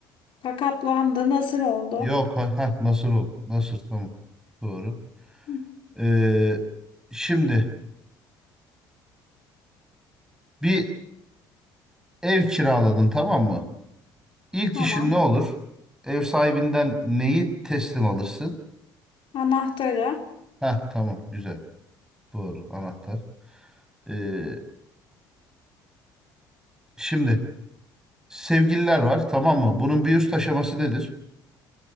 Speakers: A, on the left; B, in the centre.
A: Sakatlandı. Nasır oldu.
B: Yok ha, ha, nasıl oldu? Nasıl tamam. Doğru.
A: Hı,
B: Ee, şimdi bir ev kiraladın tamam mı? İlk
A: Tamam.
B: işin ne olur? Ev sahibinden neyi teslim alırsın?
A: Anahtarı.
B: Ha tamam güzel. Doğru anahtar. Ee, şimdi sevgililer var tamam mı? Bunun bir üst aşaması nedir?